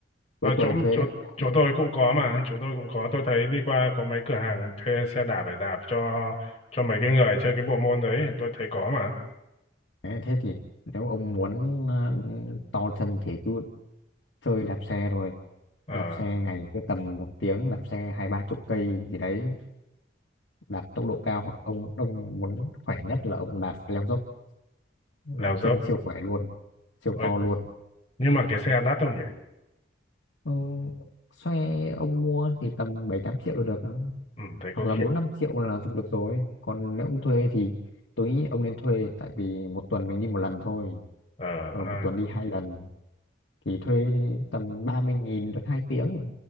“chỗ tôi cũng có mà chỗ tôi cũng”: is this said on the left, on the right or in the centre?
Left